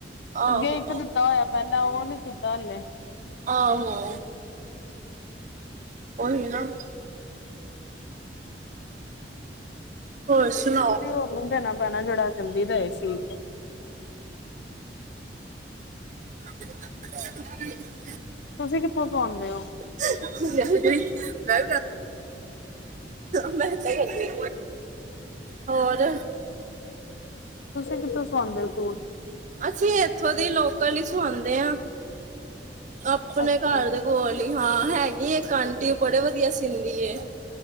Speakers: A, on the right (about 45°); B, on the left (about 75°).
A: ਆਹੋ
B: ਅੱਗੇ ਇੱਕ ਦਿੱਤਾ ਹੋਇਆ। ਪਹਿਲਾਂ ਉਹ ਨੀ ਦੀਤਾ ਹਾਲੇ।
A: ਆਹੋ। ਉਹੀ ਨਾ। ਹੋਰ ਸੁਣਾਓ।
B: ਕਿਸੇ ਹੋਰ ਨੂੰ ਦੇਣਾ ਪੈਣਾ ਜਿਹੜਾ ਚਲਦੀ ਦਾਏ ਸੀ।
A: <unintelligible>
B: ਤੁਸੀਂ ਕਿੱਥੋਂ ਸਲਵੈਂਦੇ ਹੋ?
A: ਮਜ <unintelligible> ਹੈਂ ਮੈਂ ਕੀ। ਹੋਰ।
B: ਤੁਸੀਂ ਕਿੱਥੋਂ ਸੂਆਂਦੇ ਹੋ ਸੂਟ?
A: ਅਸੀਂ ਇੱਥੋਂ ਦੀ ਲੋਕਲ ਹੀ ਸੁਵਾਂਦੇ ਆਂ। ਆਪਨੇ
B: ਅੱਛਾ
A: ਘਰ ਦੇ ਕੋਲ ਹੀ, ਹਾਂ ਹੈਗੀ ਏਕ ਆਂਟੀ ਓ ਬੜੇ ਵਧੀਆਂ ਸੀੰਦੀ ਏ।